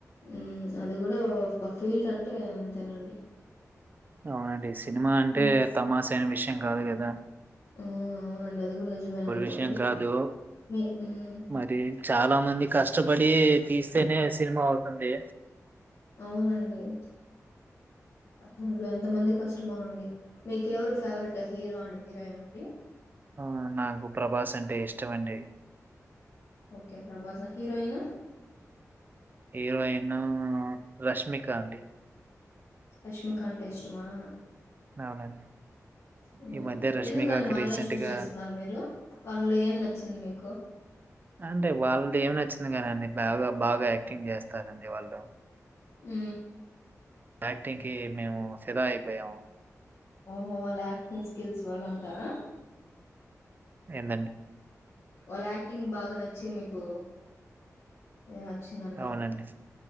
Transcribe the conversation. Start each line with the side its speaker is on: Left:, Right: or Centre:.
Left: మ్మ్ అది కుడా ఒక ఫీల్డ్ అంటే అంతేనండి
Right: అవునండి సినిమా అంటే
Left: హ్మ్.
Right: తమాష అయిన విష యం కాదు కదా
Left: ఆ అవునండి అది కూడా నిజమేన అనుకోండి
Right: విషయం కాదు.
Left: మీ మ్మ్
Right: మరి చాలా మంది కష్టపడి తీస్తేనే సినిమా అవుతుంది
Left: అవున <unintelligible> దీంట్లో ఎంత మందిక్ కష్టమేనండి మీక్ ఎవరు ఫేవరెట్ హీరో అండ్ హీరోయిన్ అండి
Right: మ్మ్ నాకు ప్రభాస్ అంటే ఇష్టమండి
Left: okay Prabhas heroine
Right: heroine Rashmika అండి
Left: రష్మిక అంటే ఇష్టమా
Right: అవునండి
Left: హ్మ్.
Right: ఈ మధ్య రష్మికకి
Left: ఎందుకండి వాళ్ళనే
Right: రీసెంట్గా
Left: చూస్ చేసుకున్నారు మీరు? వాళ్ళలో ఏం నచ్చింది మీకు?
Right: అంటే వాళ్ళది ఏమి నచ్చింది కాదండి బాగా బాగా యాక్టింగ్ చేస్తారండి వాళ్ళు
Left: అ
Right: యాక్టింగ్ కి మేము ఫిదా అయిపోయాము
Left: ఓహో వాళ్ళ యాక్టింగ్ స్కిల్స్ వాళ్ళ ఉంటారా
Right: ఎం
Left: వాళ్ళ యాక్టింగ్ బాగా నచ్చి మీకు నచ్చిందంటారు.
Right: అవునండి